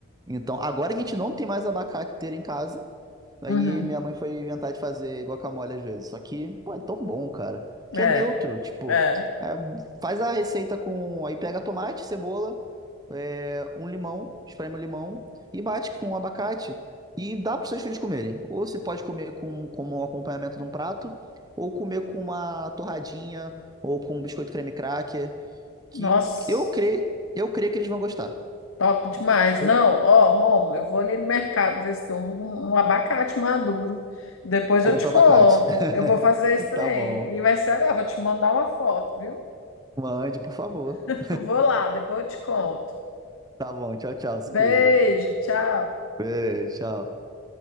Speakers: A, on the right; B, on the left.
A: Então, agora que a gente não tem mais abacate inteiro em casa, aí
B: Uhum.
A: minha mãe foi inventar de fazer guacamole às vezes. Só que, pô, é tão bom, cara.
B: É,
A: Que é neutro, tipo,
B: é.
A: é, faz a receita com. Aí pega tomate, cebola, é, um limão, espreme o limão e bate com o abacate e dá para os seus filhos comerem. Ou você pode comer com, como um acompanhamento de um prato, ou comer com uma torradinha, ou com um biscoito creme cracker, que
B: Nossa.
A: eu creio, eu creio que eles vão gostar.
B: Top demais.
A: Eu
B: Não, ó, Rômulo, eu vou ali no mercado ver se tem um, um abacate maduro. Depois
A: Compra
B: eu te conto.
A: abacate.
B: Eu vou fazer
A: <laughs>
B: esse trem.
A: Tá bom.
B: E vai ser agora. Vou te mandar uma foto, viu?
A: Mande, por favor.
B: <laughs> Vou lá, depois eu te conto.
A: Tá bom. Tchau, tchau. Se
B: Beijo,
A: cuida.
B: tchau.
A: Beijo, tchau.